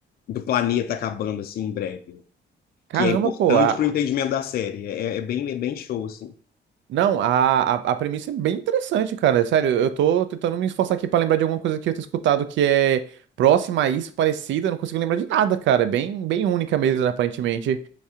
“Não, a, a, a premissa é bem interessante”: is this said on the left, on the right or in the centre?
Right